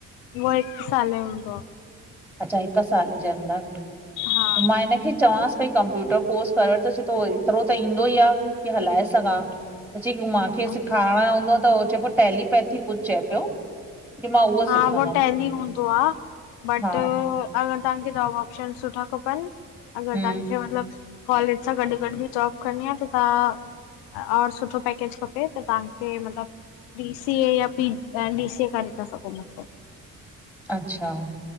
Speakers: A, on the left; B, in the centre.
A: उहो हिकु साल जो हूंदो आहे।
B: अच्छा हिकु साल जे अंदरि,
A: हा
B: त मां हिन खे चवांसि पई कंप्यूटर कोर्स कर वठि त सुठो तई, एतिरो त ईंदो ई आहे की हलाए सघां। त चयईं कि मां खें
A: अच्छा
B: सेखारणो हूंदो त, उहो चए पियो टेलीपैथी कुझु चए पियो। की मां
A: हा
B: सिखंदमि।
A: उहो टैली हूंदो आहे। बट
B: हा
A: अगरि तव्हांखे जॉब ऑप्शन सुठा खपनि, अगरि
B: हम्म
A: तव्हांखे मतिलबु कॉलेज सां गॾु-गॾु बि जॉब करणी आहे, त तव्हां और सुठो पैकेज खपे त, तव्हांखे मतिलबु डी-सी-ए या पी, एम-डी-सी-ए करे था सघूं मतिलबु।
B: अच्छा।